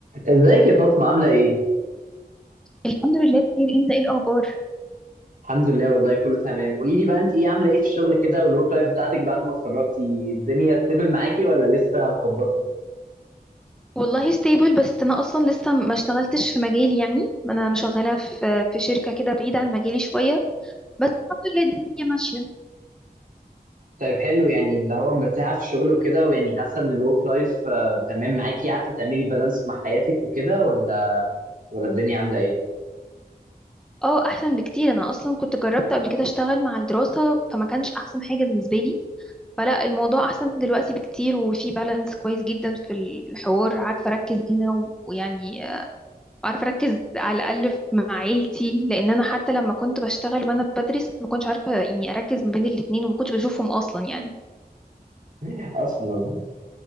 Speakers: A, on the right; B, in the centre.
A: ازيك يا فاطمة عاملة ايه؟
B: الحمد لله بخير انت ايه الاخبار
A: الحمد لله والله كله تمام قولي لي بقى انت ايه عاملة ايه في الشغل كده والورك لايف بتاعتك بعد ما اتخرجتي الدنيا ستيبل معاكي ولا لسه مخبطة؟
B: والله ستيبل بس انا اصلا لسه ما اشتغلتش في مجالي يعني انا مشغله في في شركه كده بعيده عن مجالي شويه بس الحمد لله الدنيا ماشيه
A: طيب حلو يعني اللي هو مرتاحة في الشغل وكده ويعني حاسة ان الورك لايف تمام معاكي عارفة تعملي بالانس مع حياتك وكده ولا ولا الدنيا عاملة ايه؟
B: اه احسن بكتير انا اصلا كنت جربت قبل كده اشتغل مع الدراسه فما كانش احسن حاجه بالنسبه لي فلا الموضوع احسن دلوقتي بكتير وفي بالانس كويس جدا في الحوار عارفه اركز هنا و- ويعني آه، عارفه اركز على الاقل في- مع عيلتي لان انا حتى لما كنت بشتغل وانا بدرس ما كنتش عارفه يعني اركز ما بين الاتنين وما كنتش بشوفهم اصلا يعني
A: <laughs> اصلا